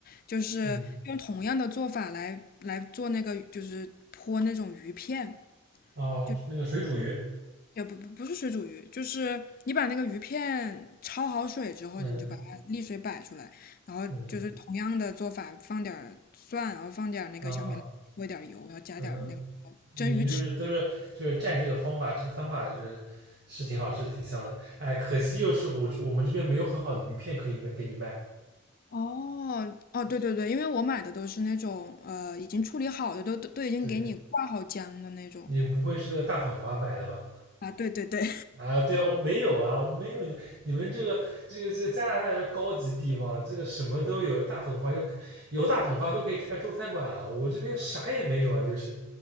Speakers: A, on the left; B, on the right.
A: 就是用同样的做法来来做那个，
B: 嗯，
A: 就是泼那种鱼片。
B: 哦，
A: 就。
B: 那个水煮鱼，
A: 也不不不是水煮鱼，就是你把那个鱼片焯好水之后，
B: 嗯
A: 你就把它沥水摆出来，然后就是同样的做法，
B: 嗯
A: 放点儿蒜，然后放点儿那个小米辣，
B: 啊
A: 泼一点儿油，然后加点儿那个
B: 嗯，嗯
A: 蒸鱼豉。
B: 你就是都是就是蘸这个方法，这个方法是是挺好，是挺香的。哎，可惜又是我我们这边没有很好的鱼片可以卖给你卖，
A: 哦哦，对对对，因为我买的都是那种呃已经处理好的，都都都已经给你挂好浆的那种
B: 对你不会是那个大统花买的吧？
A: 啊，对对对，
B: 啊，对啊，我没有啊，我没有你你们这个这个这个加拿大就是高级地方，这个什么都有，大统花就有大统花都可以开个中餐馆了，我这边啥也没有啊，就是